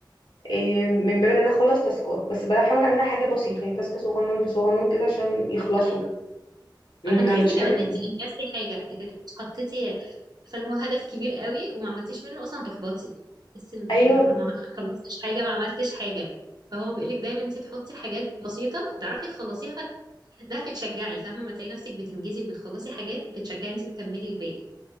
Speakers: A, on the left (about 85°); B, on the right (about 55°).
A: إيه، من باب ان انا اخلص تاسكات بس بحاول اعملها حاجه بسيطه يعني تاسك صغنن بصغنن كده عشان يخلصوا
B: طب ايوه
A: ما
B: عشان تحسي
A: اعملش
B: كمان
A: حاجه
B: ان
A: كبيره
B: انت انجزتي حاجه لكن انت حطيتي فالهو هدف كبير قوي وما عملتيش منه اصلا هتحبطي تحسي ان
A: ايوه
B: ايه ده انا ما خلصتش حاجه ما عملتش حاجه فهو بيقولك دايما انت تحطي حاجات بسيطه تعرفي تخلصيها فت- ده هتتشجعي فاهمه ما تلاقي نفسك بتنجزي وبتخلصي حاجات بتتشجعي انت تكملي الباقي